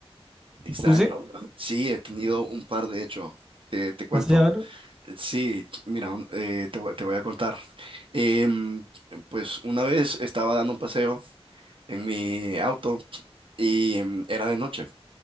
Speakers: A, on the right; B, in the centre.
A: extraña?
B: ¿Tú sí?
A: <clears throat> Sí, he tenido un par, de hecho. Te, te cuento.
B: Así, a ver.
A: Eh, Sí, mira, un- eh, te, voy te voy a contar. Em, pues una vez estaba dando un paseo en mi auto y em, era de noche.